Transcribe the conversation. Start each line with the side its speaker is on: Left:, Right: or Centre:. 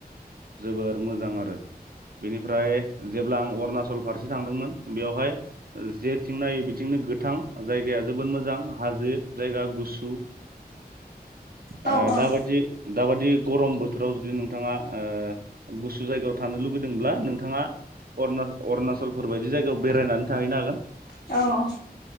Right: जोबोर मोजां आरो बेनिफ्राय जेब्ला आं अरुणाचल फारसे थांदोंमोन बेवहाय जेथिं नायो बिथिंनो गोथां जायगाया जोबोद मोजां हाजो जायगा गुसु
Left: औ नंगौ
Right: ओ दा बाजि दाबाददि गरम बोथोराव जुदि नोंथाङा ओ गुसु जायगायाव थानो लुुबैदोंब्ला नों नोंथाङा अ अरुणचलफोर बायदि जायगायाव बेरायनानै थाहैनो हागोन।
Left: औ